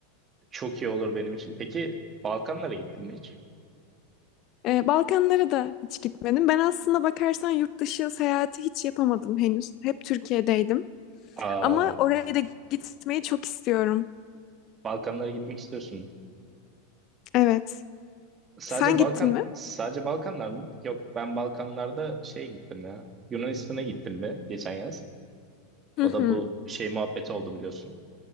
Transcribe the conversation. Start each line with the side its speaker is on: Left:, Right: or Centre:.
Right: Çok iyi olur benim için. Peki Balkanlara gittin mi hiç?
Left: Ee, Balkanlara da hiç gitmedim. Ben aslında bakarsan yurt dışı seyahati hiç yapamadım henüz. Hep Türkiye'deydim.
Right: Aa,
Left: Ama oraya da gitmeyi çok istiyorum.
Right: Balkanlara gitmek istiyorsun.
Left: Evet.
Right: Sadece
Left: Sen gittin
Right: Balkan,
Left: mi?
Right: sadece Balkanlar mı? Yok ben Balkanlarda şey gittim ya. Yunanistan'a gittim be geçen yaz.
Left: Hı
Right: O
Left: hı.
Right: da bu şey muhabbeti oldu biliyorsun.